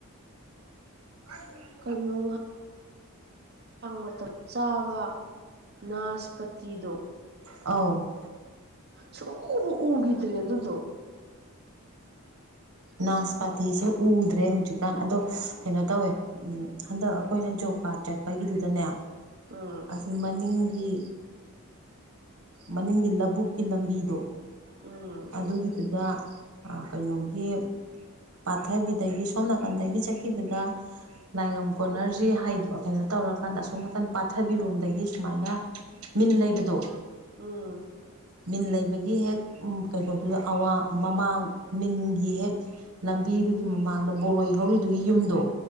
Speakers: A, on the right; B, on the right.
A: ꯍ
B: ꯀꯩꯅꯣ ꯀꯥꯡ ꯃꯇꯝ ꯆꯥꯕ ꯅꯥꯁꯄꯇꯤꯗꯣ
A: ꯑꯧ
B: ꯁꯣꯕ ꯎꯒꯗ꯭ꯔꯦ ꯑꯗꯨ ꯑꯗꯨꯗꯨꯣ
A: ꯅꯥꯁ ꯄꯥꯇꯤꯁꯦ ꯎꯗ꯭ꯔꯦ ꯍꯧꯖꯤꯛꯀꯥꯟ ꯑꯗꯣ ꯀꯩꯅꯣ ꯇꯧꯋꯦ ꯎꯝ ꯍꯟꯗꯛ ꯑꯩꯈꯣꯏꯅ ꯖꯣꯕ ꯀꯥꯔꯗ ꯆꯠꯄꯒꯤꯗꯨꯗꯅꯦ
B: ꯎ
A: ꯑꯁꯤ ꯃꯅꯤꯡꯒꯤ ꯃꯅꯤꯡꯒꯤ ꯂꯧꯕꯕꯨꯛꯀꯤ ꯂꯝꯕꯤꯗꯣ
B: ꯎꯝ
A: ꯑꯗꯨꯒꯤꯗꯨꯗ ꯀꯩꯅꯣꯒꯤ ꯄꯥꯊꯕꯤꯗꯒꯤ ꯁꯣꯝ ꯅꯥꯀꯟꯗꯒꯤ ꯆꯠꯈꯤꯕꯗ ꯂꯥꯏꯉꯝ ꯀꯣꯟꯅꯔꯁꯤ ꯍꯥꯏꯗ ꯀꯩꯅꯣ ꯇꯧꯔꯀꯥꯟꯗ ꯑꯁꯣꯝ ꯅꯥꯀꯟ ꯄꯥꯊꯕꯤꯔꯣꯝꯗꯒꯤ ꯁꯨꯃꯥꯏꯅ ꯃꯤꯟ ꯂꯩꯕꯗꯣ
B: ꯎꯝ
A: ꯃꯤꯟ ꯂꯩꯕꯒꯤ ꯍꯦꯛ ꯀꯩꯅꯣꯗꯨꯗ ꯑꯋꯥ ꯃꯃꯥꯡ ꯃꯤꯟꯒꯤ ꯍꯦꯛ ꯂꯝꯕꯤꯗꯨꯒꯤ ꯃꯃꯥꯡꯗ ꯕꯣꯔꯣꯏ ꯍꯧꯔꯤꯗꯨꯒꯤ ꯌꯨꯝꯗꯣ